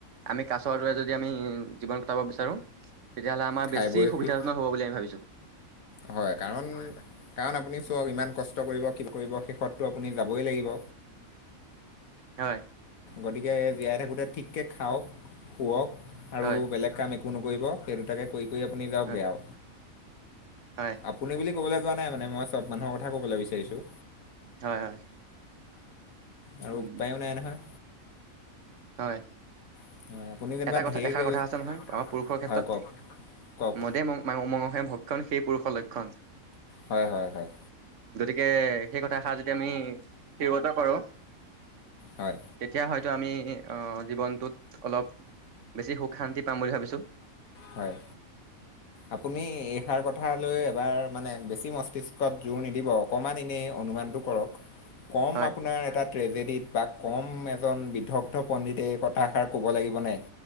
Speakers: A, on the right; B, on the left.
A: আমি কাছৰ দৰে যদি আমি জীৱন কটাব বিচাৰো। তেতিয়াহ'লে আমাৰ
B: খাই
A: বেছি
B: বৈ
A: সুবিধাজন
B: শুই
A: হ'ব বুলি আমি ভাবছোঁ।
B: হয়, কাৰণ কাৰণ আপুনি চক ইমান কষ্ট কৰিব। কি কৰিব শেষততটো আপুনি যাবই লাগিব।
A: হয়
B: গতিকে জীয়াই থাকোতে ঠিককে খাওক। শুৱক আৰু
A: হয় হয়
B: বেলেগ কাম একো নকৰিব, সেই দুটাকে কৰি কৰি আপুনি যাওকগৈ
A: হয়
B: আও।
A: হয়
B: আপুনি বুলি ক'বলৈ যোৱা নাই মানে মই চব মানুহৰ কথা ক'বলৈ বিচাৰিছো।
A: হয়, হয়।
B: আৰু
A: উম
B: উপায়ো নাই নহয়।
A: হয়।
B: হয় আপুনি যেনিবা
A: এটা কথা
B: ঢেৰ
A: এষাৰ কথা আছে নহয় আমাৰ পুৰুষৰ ক্ষেত্ৰত
B: হয় কওক কওক
A: মদে মঙহে ভক্ষণ সেই পুৰুষৰ লক্ষণ।
B: হয়, হয়, হয়।
A: গতিকে সেই কথাষাৰ যদি আমি শগত কৰো
B: হয়
A: তেতিয়া হয়। আমি আহ জীৱনটোত অলপ বেছি সুখ শান্তি পাম বুলি ভাবিছো।
B: হয়, আপুনি এইষাৰ কথা কথা লৈ এবাৰ মানে বেছি মস্তিষ্কত জোৰ নিদিব। অকণমান এনেই অনুমানটো কৰক। কম
A: হয়
B: আপোনাৰ এটা ট্ৰেজেড বা কম এজন বিধগ্ধ পণ্ডিতে এই কথাষাৰ কব লাগিব নে